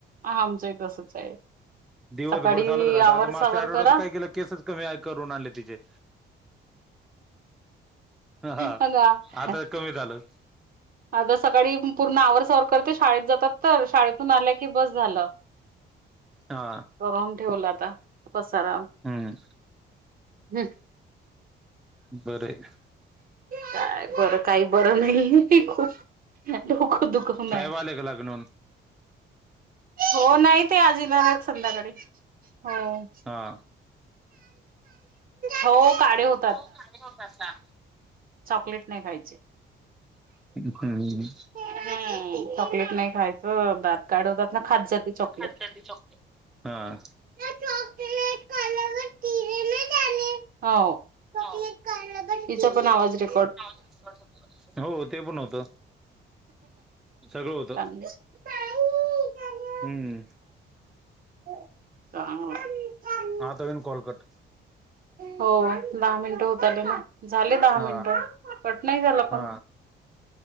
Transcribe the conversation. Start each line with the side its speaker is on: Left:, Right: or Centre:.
Right: हा आमचंही तसंच आहे
Centre: दिवसभर
Right: सकाळी
Centre: चालत राहता.
Right: आवरसावर
Centre: आता मागच्या आठवड्यात
Right: करा.
Centre: काय केल, केसच कमी आहे करून आणले तिचे. हा
Right: अगं वा हा.
Centre: आता कमी झालं
Right: आता सकाळी पूर्ण आवरसावर करते शाळेत जातात तर शाळेतून आल्या कि बस झालं.
Centre: हा
Right: करवून ठेवलं आता पसारा.
Centre: हम्म.
Right: हम्.
Centre: बरय.
Right: काय बरं. काही बरं नाही. खूप डोक दुखुन
Centre: साहेब
Right: आहे.
Centre: आले का लागून
Right: हो. नाही ते आज येणार आहेत संध्याकाळी हो.
Centre: हा
Right: हो. काढे होत
Centre: हो काढे होऊन जातात.
Right: चॉकलेट नाही खायचे.
Centre: दुखायलय.
Right: हम्म. चॉकलेट नाही खायचं. दात काढवतात ना खात जाते चॉकले
Centre: खात जाते चॉकलेट. हा.
Right: म्या चॉकलेट कळवल तिने नाही झाले. हो.
Centre: हा.
Right: हिचा पण आवाज रेकॉ
Centre: आवाज रेकॉर्ड होते वाटत. हो ते पण होत. सगळ होत.
Right: चांगलं चांगलं
Centre: हम्म.
Right: चांगलय.
Centre: आत अजून कॉल कट.
Right: हो. दहा मिनिट होत आले ना. झाले दहा
Centre: हा
Right: मिनिट. कट नाही झाला फोन.
Centre: हा